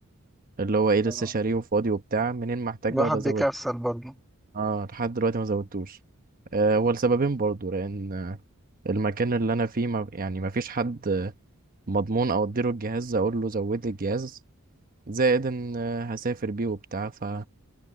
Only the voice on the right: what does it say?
اللي هو ايه لسه
شاريه وفاضي وبتاع منين ما احتاج
بقى بزوده
اه لحد دلوقتي ما زودتوش آه، هو لسببين برضو لان آه، المكان اللي انا فيه ما يعني ما فيش حد مضمون او اديله الجهاز اقول له زود لي الجهاز زائد ان آه، هسافر بيه وبتاع ف